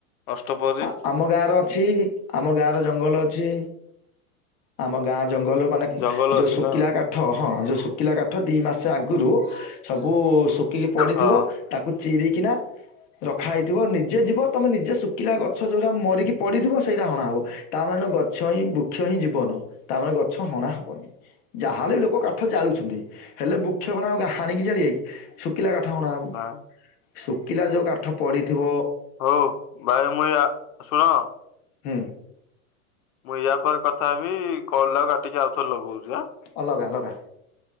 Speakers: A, on the left; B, on the left.
A: ଅଷ୍ଟପହରୀ
B: ଆ ଆମ ଗାଁ ଅଛି। ଆମ ଗାଁର ଜଙ୍ଗଲ ଅଛି। ଆମ ଗାଁ ଜଙ୍ଗଲ ମାନେ
A: ଜଙ୍ଗଲ
B: ଯୋଉ
A: ଅଛି
B: ସୁୁକିଲା
A: ନା
B: କା ଠ ହଁ ଯୋଉ ଶୁଖିଲା କାଠ ଦି ମାସ ଆଗରୁ ସବୁ ଶୁଖିକି ପଡିଥିବ।
A: ହଁ
B: ତାକୁ ଚିରିକିନା ରଖା ହେଇଥିବ। ନିଜେ ଯିବ ତମେ ନିଜେ ସୁ କିଲା ଗଛ ଯୋଉଟା ମରିକି ପଡିଥିବ ସେଇଟା ହଣା ହବ ତା ମାନେ ଗ ଛ ହିଁ ବୃକ୍ଷ ହିଁ ଜୀବନ। ତାମାନେ ଗଛ ହଣା ହେବନି। ଯାହାହେଲେ ବି ଲୋକ
A: ହୁଁ
B: କାଠ ଜାଳୁଛନ୍ତି। ହେଲେ ବୃକ୍ଷ କଣ ଆଉ ହାଣିକି ଜାଳିବେ କି ସୁ କିଲା କାଠ ଅଣାହେବ।
A: ନା
B: ଶୁକିଲା ଯୋ କାଠ ପଡ଼ିଥିବ।
A: ହୋଉ ଭାଇ ମୁଁ ଜା ଶୁଣ
B: ହୁଁ।
A: ମୁଁ ୟା ପରେ କଥା ହେବି। କଲ ଟାକୁ କାଟିକି ଆଉଥରେ ଲଗୋଉଚି ଆ
B: ଅ ଲଗା ଲଗା।